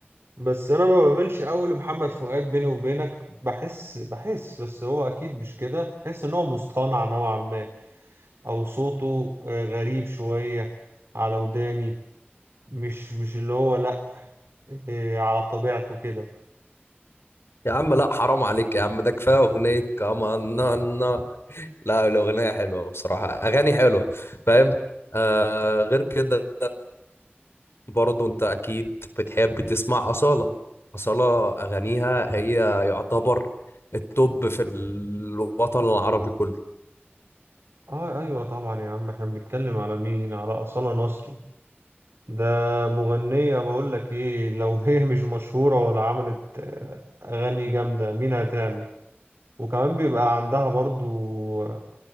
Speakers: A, on the right; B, on the left.
A: بس انا ما بميلش قوي لمحمد فؤاد بيني وبينك بحس بحس بس هو اكيد مش كده بحس ان هو مصطنع نوعا ما او صوته آه، غريب شوية على وداني مش مش اللي هو لأ إيه على طبيعته كده
B: يا عم لا حرام عليك يا عم ده كفاية أغنية كمان نانا لا الأغنية حلوة بصراحة أغاني حلوة فاهم آه غير كده برضه انت اكيد بتحب تسمع أصالة أصالة أغانيها هي يعتبر التوب في الوطن العربي كله
A: اه ايوه طبعا يا عم احنا بنتكلم على مين على أصالة نصري ده مغنية بقول لك ايه لو هي <laughs> مش مشهورة ولا عملت آه، اغاني جامدة مين هتعمل وكمان بيبقى عندها برضو آه،